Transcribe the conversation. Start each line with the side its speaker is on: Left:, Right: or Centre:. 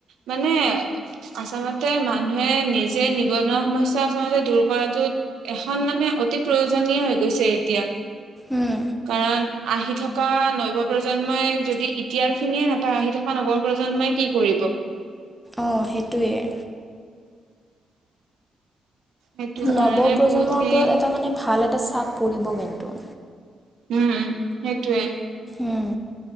Right: মানে আচলতে মানুহে নিজে নিবনুৱা সমস্যা আচলতে দূৰ কৰাতোত এখন মানে, অতি প্ৰয়োজনীয় হৈ গৈছে এতিয়া।
Centre: উম,
Right: কাৰণ, আহি থকা নৱ-প্ৰজন্মই যদি এতিয়াৰ খিনিয়ে নাপায়। আহি থকা নৱৰ প্ৰজন্মই কি কৰিব?
Centre: অঁ, সেইটোৱেই।
Right: সেইটো কাৰণে
Centre: নৱ-প্ৰজন্মৰ
Right: বহুতখিনি
Centre: ওপৰত এটা মানে ভাল এটা চাপ পৰিব কিন্তু।
Right: উম, সেইটোৱে।
Centre: উম,